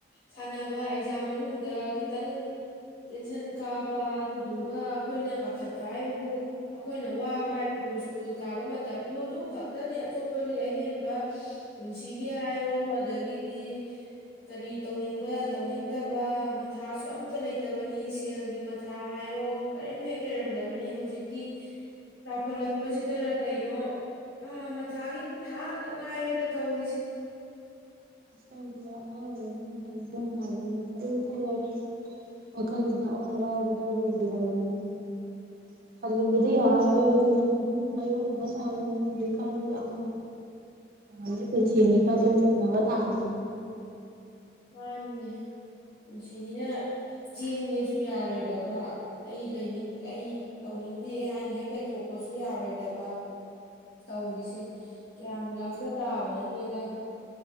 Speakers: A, on the left (about 85°); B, on the right (about 55°).
A: ꯁꯥꯟꯅꯕ ꯑꯦꯛꯖꯥꯝ ꯃꯅꯨꯡꯗ ꯈꯤꯇꯪ ꯇꯦꯟꯁꯟ ꯀꯥꯕ ꯑꯗꯨꯗꯨꯒ ꯑꯩꯈꯣꯏꯅ ꯄꯥꯈꯠꯄ ꯍꯥꯏꯕꯕꯨ ꯑꯩꯈꯣꯏꯅ ꯋꯥꯕ ꯕꯥꯏꯕꯨ ꯁ꯭ꯀꯨꯜ ꯀꯥꯕ ꯃꯇꯝꯗꯨ ꯑꯗꯨ ꯈꯛꯇꯅꯤ ꯑꯇꯣꯞꯄꯗꯤ ꯑꯍꯦꯟꯕ ꯄꯨꯟꯁꯤꯒꯤ ꯍꯥꯏꯔꯣ ꯑꯗꯒꯤꯗꯤ ꯀꯔꯤ ꯇꯧꯅꯤꯡꯕ ꯇꯧꯅꯤꯡꯗꯕ ꯃꯊꯥꯁꯨ ꯑꯝꯇ ꯂꯩꯇꯕꯅꯤ ꯁꯦꯜꯒꯤ ꯃꯊꯥ ꯍꯥꯏꯔꯣ ꯀꯔꯤꯝ ꯍꯦꯛ ꯂꯩꯔꯝꯗꯕꯅꯤ ꯍꯧꯖꯤꯛꯇꯤ ꯆꯥꯎꯈꯠꯂꯛꯄꯁꯤꯗ ꯀꯩꯅꯣ ꯑꯥ ꯃꯊꯥꯒꯤ ꯃꯊꯥ ꯉꯛ ꯉꯥꯏꯔꯦꯗ ꯇꯧꯔꯤꯁꯦ
B: ꯑꯁꯦꯡꯕ ꯑꯉꯥꯡ ꯑꯣꯏꯔꯤꯉꯩ ꯃꯇꯝ ꯅꯨꯡꯉꯥꯏꯕꯅꯤ ꯀꯔꯤꯇ ꯍꯦꯛ ꯋꯥꯈꯜꯗꯨꯗ ꯑꯋꯥꯋꯥꯏꯕꯗꯣ ꯂꯩꯈꯤꯗꯕꯅꯤ ꯍꯜꯂꯨꯕꯗꯤ ꯌꯥꯔꯣꯏ ꯑꯗꯨꯅ ꯑꯗꯨꯝ ꯃꯥꯥꯏꯌꯣꯛꯅꯕ ꯇꯥꯅꯤ ꯍꯧꯖꯤꯛꯀꯥꯟꯗꯤ ꯑꯋꯥ ꯑꯅꯥꯗꯤ ꯄꯨꯟꯁꯤꯅꯤꯀꯥꯟꯗ ꯊꯦꯡꯅꯕ ꯇꯥꯕꯅꯤ
A: ꯃꯥꯅꯤꯅꯦ ꯄꯨꯟꯁꯤꯅꯤꯅ ꯆꯦꯟꯒꯦꯁꯨ ꯌꯥꯔꯣꯏꯗꯕ ꯑꯩ ꯂꯩꯅꯤꯡ ꯑꯩ ꯇꯧꯅꯤꯡꯗꯦ ꯍꯥꯏꯅ ꯍꯦꯛ ꯂꯩꯊꯣꯛꯄꯁꯨ ꯌꯥꯔꯣꯏꯗꯕ ꯇꯧꯔꯤꯁꯦ ꯒ꯭ꯌꯥꯟꯒ ꯑꯝꯇ ꯇꯥꯕ ꯅꯠꯇꯦꯗ